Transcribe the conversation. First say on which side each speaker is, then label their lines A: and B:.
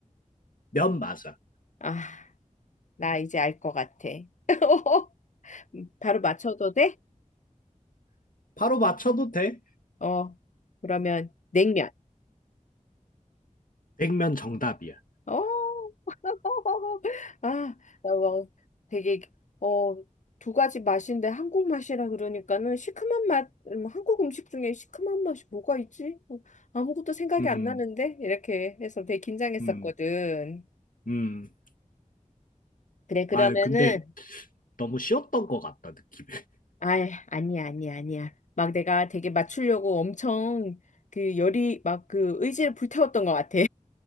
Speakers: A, on the left (about 85°); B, on the left (about 65°).
A: 면 맞아.
B: 아. 나 이제 알 것 같아. <laughs> 바로 맞춰도 돼?
A: 바로 맞춰도 돼.
B: 어, 그러면 냉면.
A: 백면 정답이야.
B: 어, <laughs> 아, 나 뭐, 되게, 어, 두 가지 맛인데 한국 맛이라 그러니까는 시큼한 맛, 음, 한국 음식 중에 시큼한 맛이 뭐가 있지? 어, 아무것도 생각이
A: 음,
B: 안 나는데? 이렇게 해서 되게 긴장했었거든.
A: 음, 음.
B: 그래, 그러면은,
A: 아, 근데 너무 쉬웠던 것 같다, 느낌
B: 아, 아니야, 아니야, 아니야. 막 내가 되게 맞추려고 엄청 그 열이 막 그 의지를 불태웠던 것 같아.